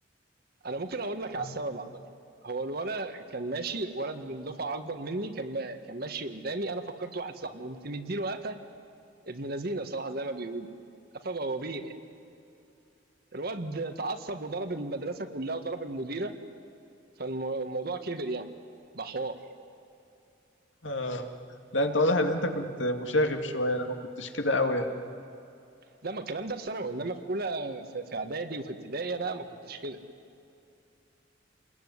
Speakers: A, on the right; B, on the left.
A: انا ممكن اقول لك على
B: اه
A: السبب عامه هو الولد كان ماشي ولد من دفعه اكبر مني كان ما كان ماشي قدامي انا فكرت واحد صاحبي قمت مديله قفا ابن لذينه بصراحه زي ما بيقولوا قفا بوابين يعني الواد اتعصب وضرب المدرسه كلها وضرب المديره فالموضوع كبر يعني بحوار
B: آه. لا انت واضح ان انت كنت مشاغب شويه انا ما كنتش كده قوي يعني
A: لا ما الكلام ده في ثانوي انما في اولى في في اعدادي وفي ابتدائي لا ما كنتش كده